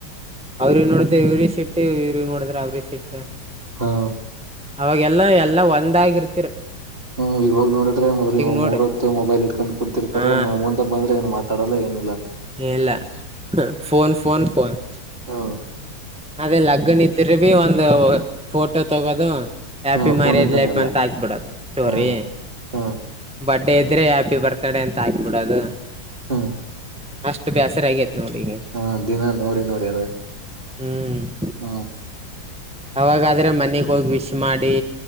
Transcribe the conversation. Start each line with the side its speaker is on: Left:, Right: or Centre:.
Centre: ಅವ್ರಿಗ್ ನೋಡತ ಇವ್ರ ಸಿಟ್ಟು ಇವ್ರ ನೋಡ್ರ ಅವ್ರ ಸಿಟ್
Right: ಹಾ
Centre: ಅವಾಗೆಲ್ಲಾ ಎಲ್ಲಾ ಒಂದಾಗಿರ್ತಿರಿ.
Right: ಹ್ಮ್ ಇವಾಗ ನೋಡಿದ್ರೆ ಬರಿ
Centre: ನೋಡು
Right: ಮೂರ ಹೊತ್ತು ಮೊಬೈಲ್ ಇಟ್ಕೊಂಡ್ ಕುಂತಿರ್ತಾರೆ.
Centre: ಹಾ
Right: ಬಂದ್ರೆ ಏನು ಮಾತಾಡಲ್ಲ ಏನಿಲ್ಲ.
Centre: ಇಲ್ಲ ಫೋನ್ ಫೋನ್ ಫೋನ್.
Right: ಹಾ
Centre: ಅದೇ ಲಗ್ಗನ್ ಇದರು ಬಿ ಒಂದು ಫೋಟೋ ತಗೋದು. ಹ್ಯಾಪಿ
Right: ಹ
Centre: ಮ್ಯಾರೀಡ್
Right: ಫೋನಿಂದಾನೇ
Centre: ಲೈಫ್
Right: ಎಲ್ಲ
Centre: ಅಂತ ಆಕ್ಬಿಡದು ಸ್ಟೋರಿ.
Right: ಹ್ಮ್ ಹ್ಮ್
Centre: ಬರ್ಡೇ ಇದ್ರೆ ಹ್ಯಾಪಿ ಬರ್ತ್ಡೇ ಅಂತ ಹಾಕ್ಬಿಡದು.
Right: ಹ್ಮ್
Centre: ಅಷ್ಟು ಬೇಸರ ಅಗೆತಿ ನೋಡಿ ಈಗ.
Right: ಹಾ ದಿನಾ ನೋಡಿ ನೋಡಿ ಅದೇ.
Centre: ಹ್ಮ್
Right: ಹ
Centre: ಅವಾಗಾದ್ರೆ ಮನೆಗ ಹೋಗಿ ವಿಶ್ ಮಾಡಿ